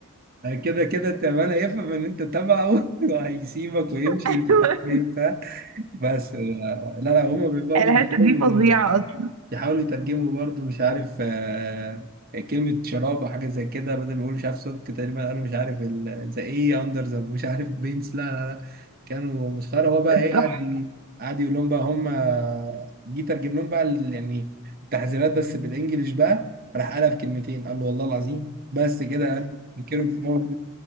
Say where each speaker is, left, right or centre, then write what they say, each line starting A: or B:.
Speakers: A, on the right; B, on the right.
A: كده كده تعبان هيفهم ان انت تبعه <laughs> وهيسيبك ويمشي
B: <laughs>
A: ومش عارف ايه بتاع بس آه، لا لا هما بي- برضه
B: الحته
A: بيحاولوا
B: دي فظيعه اصلا
A: يحاولوا يترجموا برضو مش عارف آه، كلمة شراب أو حاجة زي كده بدل ما يقولوا مش عارف سك تقريبا قالوا مش عارف ذا إيه أندر ذا مش عارف بينس لا لا لا كانوا مسخرة هو بقى إيه
B: تحفه
A: قعد ي- قعد يقول لهم بقى هم جه ترجم لهم بقى ال- يعني التحذيرات بس بالإنجلش بقى راح قالها في كلمتين قال له والله العظيم بس كده قال ينكروا في أول